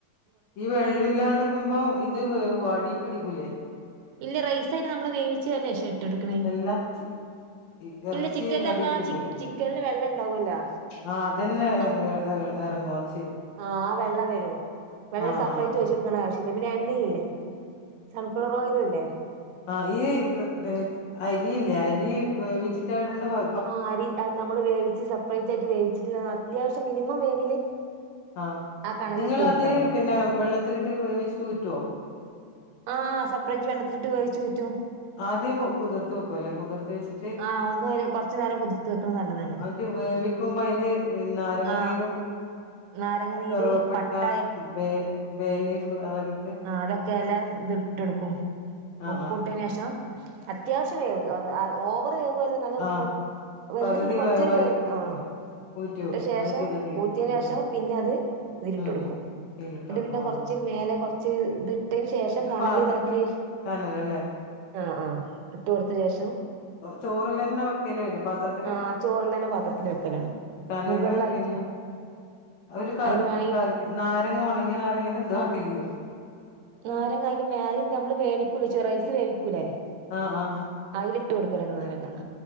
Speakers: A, on the left; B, on the right.
A: ഈ വെള്ളം ഇല്ലാണ്ട്ക്കുമ്പോ ഇത് വേവോ അടിപ്പിടിക്കൂലേ?
B: ഇല്ല റൈസ അയ്ന് നമ്മള് വേവിച്ചല്ലേ ശേ ഇട്ട് കൊടുക്കണേ
A: എല്ലാ ചി എറച്ചി
B: ഇല്ല ചിക്കനില്
A: അടി
B: നമ്മള്
A: പിടിക്കൂല്ലേ
B: ആ ചി ചിക്കനില് വെള്ളം ഉണ്ടാവൂല്ലോ
A: ആഹ് അതന്നെ
B: നമ്മ
A: ഏ എ എറങ്ങുവതി
B: ആഹ് വെള്ളം വരും വെള്ളം
A: ആ ആ
B: സപ്രേറ്റ്
A: ആ ആ
B: ഒഴിച്ചോ ക്കണ ആവശ്യല്ല പിന്നെ എണ്ണില്ലേ സൺഫ്ലവർ ഓയിലും ല്ലേ
A: ആഹ് ഈ ബേ ബേ അരിയില്ലെ അരി വേവിച്ചിട്ട ഇടെണ്ടപാ
B: ആഹ് അരി അ നമ്മള് വേവിച്ച് സെപ്പറേറ്റ് ആയിട്ട് വേവിച്ചിട്ട് അത്യാവശ്യം മിനിമം വേവില്
A: ആഹ്
B: ആ കണലിലിട്ട്
A: നിങ്ങളത്
B: കൊടുത്താൽ മതി
A: പിന്നെ വെള്ളത്തിലിട്ട് വേവിച്ചിട്ട് ഊറ്റോ
B: ആഹ് സെപ്പറേറ്റ് വെള്ളത്തിലിട്ട് വേവിച്ചു ഊറ്റും
A: ആദ്യം കു കുതിർത്ത് വെക്കുല്ലെ കുതിർത്ത് വെച്ച്
B: ആഹ് ഒന്നു കൊറച്ച് നേരം കുതിത്ത് വെക്ക്ണ നല്ലതല്ലേ
A: എന്നിട്ട് വേവിക്കുമ്പോ അയില് നാരങ്ങനീരും
B: ആ നാരങ്ങ നീര്
A: കറുവപ്പട്ട
B: പട്ട
A: ബേ ബേലീഫ് അതല്ലിട്ട്
B: ആഹ് അതൊക്കെ എല്ലാം ഇത് ഇട്ടെടുക്കും
A: ആ
B: ഉപ്പ്
A: ആ
B: ഇട്ടീനേഷം അത്യാവശ്യം വേവ് ഓവർ വേവുല്ല നല്ല
A: ആ
B: കൊ വെന്ത്
A: പകുതി
B: ഇങ്ങണ്ട് കൊറച്ചരു
A: വേവാക്കിട്ട്
B: വേവു ആഹ്
A: ഊറ്റി വെക്കും
B: ട്ട ശേഷം
A: എന്നിട്ട് അതി
B: ഊറ്റിയന്
A: ഉം
B: ശേഷം
A: ഉം
B: പിന്നെ അത് ഇതിലിട്ട്
A: ഉം
B: കൊടുക്കും
A: ഉം തീയിലിട്ട്
B: ന്ന്ട്ട്
A: കൊടുക്കും
B: പിന്നെ
A: ആഹ്
B: കൊറച്ച് മേലെ കുറച്ച് ഇത് ഇട്ടേന് ശേഷം
A: ഒരു
B: കണല്
A: പാത്രത്തില്
B: ഇതാക്കി
A: കനലല്ലേ
B: ആഹ് ആഹ് ഇട്ട് കൊടുത്ത ശേഷം
A: ചോറ് ലന്നെ വെ കിലോ ഇല്ല പാത്രത്തില്
B: ആഹ് ചോറെല്ലാം തന്നെ പാത്രത്തിൽ വെക്കലാണ്
A: കനലും
B: മുകളിലായിട്ട്
A: പിന്നെ ഒരു ക
B: അതിന് വേണെങ്കി
A: ക നാരങ്ങ ഉണങ്ങി നാരങ്ങല്ല എന്തോ ആക്കലില്ലേ
B: നാരങ്ങ അയില് മേയുംത് നമ്മള് വേവിക്കൂലെ ചെ റൈസ് വേവിക്കൂലേ
A: ആഹ് ആഹ്
B: അയ്ല് ഇട്ട് കൊടുക്കലാണ് നാരങ്ങ